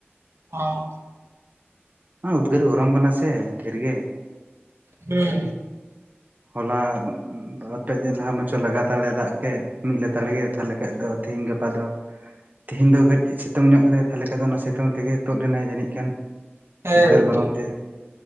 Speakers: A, on the right; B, on the right.
A: ᱚ
B: ᱩᱫᱽᱜᱟᱹᱨ ᱜᱚᱨᱚᱢ ᱠᱟᱱᱟ ᱥᱮ ᱰᱷᱮᱨ ᱜᱮ
A: ᱦᱩᱸ
B: ᱦᱚᱞᱟ ᱵᱟᱨ-ᱯᱮ ᱫᱤᱱ ᱞᱟᱦᱟ ᱢᱟᱪᱚ ᱞᱟᱜᱟᱛᱟᱲᱮ ᱫᱟᱜ‌ᱠᱮᱫ ᱢᱤᱫ ᱞᱮᱛᱟᱲ ᱜᱮ ᱛᱟᱦᱞᱮ ᱠᱷᱟᱡ ᱫᱚ ᱛᱤᱦᱤᱧ ᱜᱟᱯᱟ ᱜᱟᱯᱟ ᱫᱚ ᱛᱤᱦᱤᱧ ᱫᱚ ᱠᱟᱹᱡ ᱥᱤᱛᱩᱝ ᱧᱚᱜ ᱠᱮᱫᱟᱭ ᱛᱟᱦᱣᱞᱮ ᱠᱷᱟᱱ ᱫᱚ ᱚᱱᱟ ᱥᱤᱛᱩᱝ ᱛᱮᱜᱮ ᱛᱩᱫ ᱞᱮᱱᱟᱭ ᱡᱟᱹᱱᱤᱡ ᱠᱷᱟᱱ
A: ᱦᱮᱸ
B: ᱩᱫᱽᱜᱟᱹᱨ
A: ᱜᱚᱝᱠᱮ
B: ᱜᱚᱨᱚᱢ ᱛᱮ